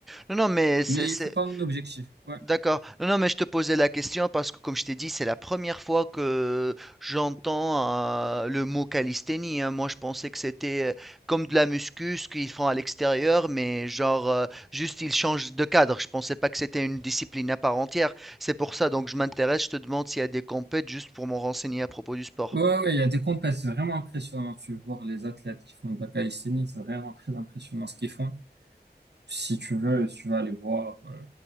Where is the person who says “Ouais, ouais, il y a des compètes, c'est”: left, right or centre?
Right